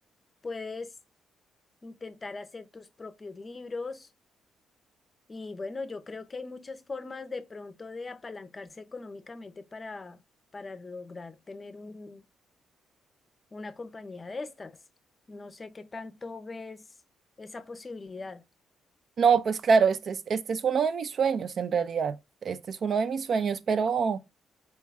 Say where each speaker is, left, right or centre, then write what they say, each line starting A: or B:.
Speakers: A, on the left (about 25°); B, on the right (about 55°).
A: puedes intentar hacer tus propios libros y bueno, yo creo que hay muchas formas de pronto de apalancarse económicamente para, para lograr tener un- una compañía de estas. No sé qué tanto ves esa posibilidad,
B: No, pues claro, este es, este es uno de mis sueños en realidad. Este es uno de mis sueños, pero,